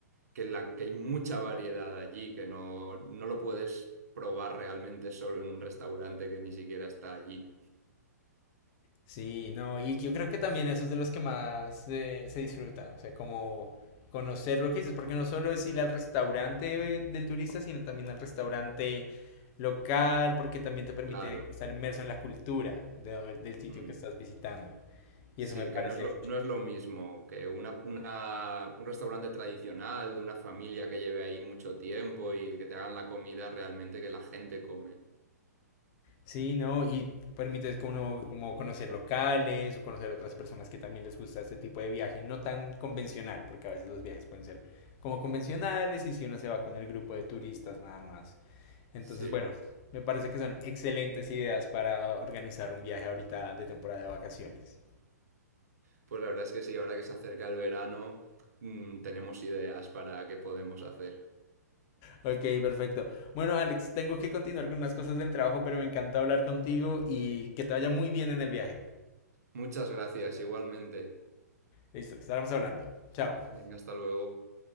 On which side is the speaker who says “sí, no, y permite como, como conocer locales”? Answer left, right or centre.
Left